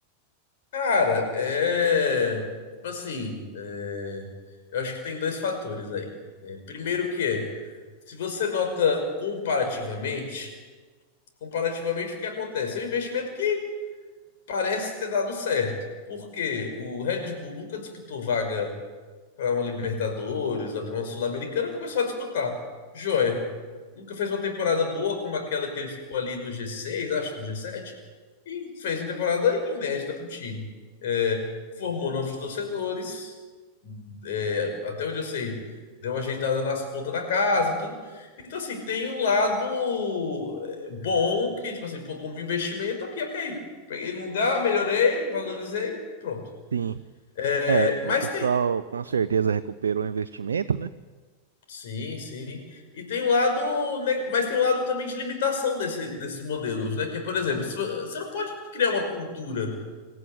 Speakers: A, on the left (about 55°); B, on the right (about 65°).
A: Cara, é, tipo assim, é, eu acho que tem dois fatores aí. É, primeiro que é, se você nota comparativamente, comparativamente o que acontece? É um investimento que parece ter dado certo, porque o Red Bull nunca disputou vaga para uma Libertadores ou para uma Sul-Americana, começou a disputar. Joia. Nunca fez uma temporada boa como aquela que ele ficou ali no G6, acho, no G7, e fez uma temporada inédita para o time. É, formou novos torcedores, é, até onde eu sei, deu uma ajeitada nas contas da casa e tudo. Então, assim, tem um lado é, bom que, tipo assim, pô, como investimento aqui, ok. Peguei no lugar, melhorei, valorizei, pronto.
B: Sim.
A: É,
B: É, o
A: mas
B: pessoal
A: tem,
B: com certeza recuperou o investimento, né?
A: Sim, sim. E tem um lado, ne- mas tem um lado também de limitação desse, desses modelos, né? Que é, por exemplo, se vo- você não pode criar uma cultura